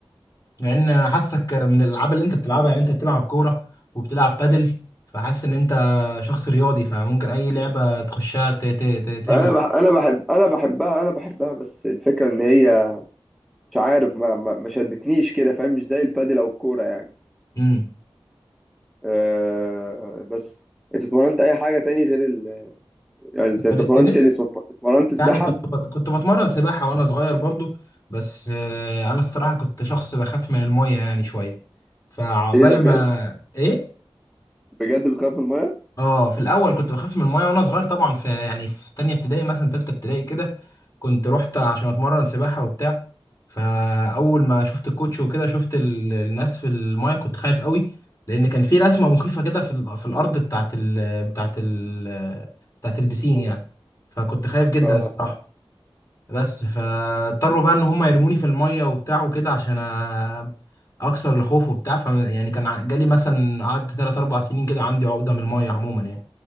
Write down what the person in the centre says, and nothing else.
أنا بح أنا بحب أنا بحبها أنا بحبها بس الفكرة إن هي مش عارف ما ما ما شدتنيش كده فاهم مش زي البادل أو الكورة يعني
آه، بس انت اتمرنت اي حاجه تاني غير ال... يعني انت اتمرنت
تنس واتمرنت سباحه
ايه ده بجد
بجد بتخاف من
الميه